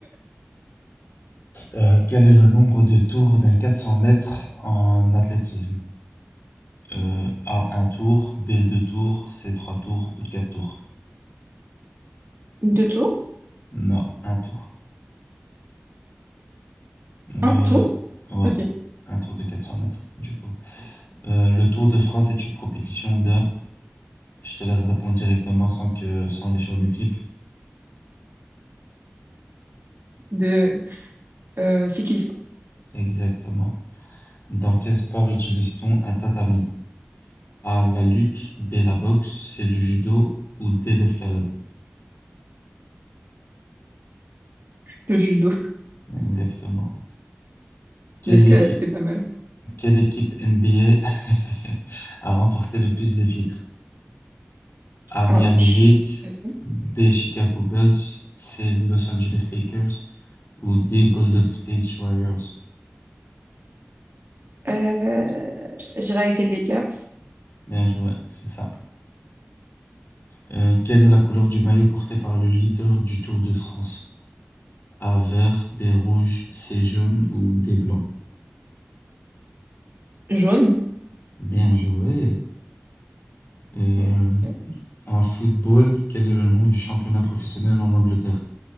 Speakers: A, on the left (about 65°); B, on the right (about 65°).
A: Euh, quel est le nombre de tours d'un 400 mètres en athlétisme? Euh, A un tour, B deux tours, C trois tours ou quatre tours?
B: Deux tours?
A: Non, un tour. Euh,
B: Un tour?
A: ouais,
B: Ok. je
A: un tour de 400 mètres, du coup. Euh, le Tour de France est une compétition de... Je te laisse répondre directement sans que, sans les choix multiples.
B: De euh, cyclisme,
A: Exactement. Dans quel sport utilise-t-on un tatami? A, la lutte, B, la boxe, C, le judo ou D, l'escalade?
B: le judo.
A: Exactement. Quelle
B: L'escalade,
A: équipe...
B: c'était pas mal.
A: Quelle équipe NBA a <laughs> a remporté le plus de titres? A Miami
B: Ouch.
A: Heat,
B: Vas-y.
A: B Chicago Bulls, C Los Angeles Lakers ou D Golden State Warriors.
B: Euh, j'irai avec les Lakers.
A: Bien joué, c'est ça. Euh, quelle est la couleur du maillot porté par le leader du Tour de France? A vert, B rouge, C jaune ou D blanc.
B: Jaune.
A: Bien joué. Euh,
B: Merci.
A: en football, quel est le nom du championnat professionnel en Angleterre?